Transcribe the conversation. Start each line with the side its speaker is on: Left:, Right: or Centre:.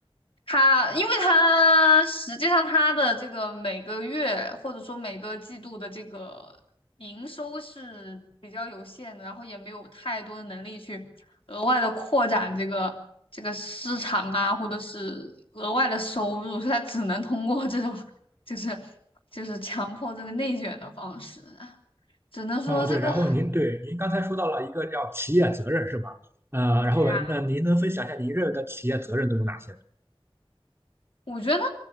Left: 它，因为它实际上它的这个每个月或者说每个季度的这个营收是比较有限的，然后也没有太多的能力去额外的扩展这个这个市场啊，或者是额外的收入，所以它只能通过这种就是就是强迫这个内卷的方式，只能说这个
Right: 哦，对，然后您对您刚才说到了一个叫企业责任是吧？呃，
Left: <laughs>
Right: 然后那您能分享一下您认为的企业责任都有哪些？
Left: 对啊。我觉得，